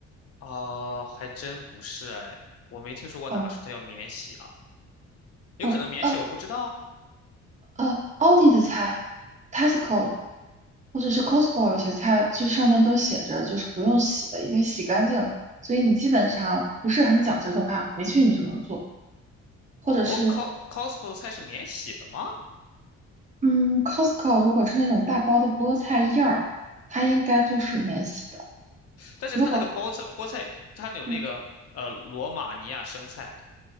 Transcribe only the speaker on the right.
哦
哦呃
呃，a 奥迪的菜，Tesco 或者是 Costco 有些菜就上面都写着就是不用洗了，已经洗干净了，所以你基本上不是很讲究的话，回去你就能做，或者是
嗯，Costco 如果是那种大包的菠菜叶儿，它应该就是免洗的，
如果
嗯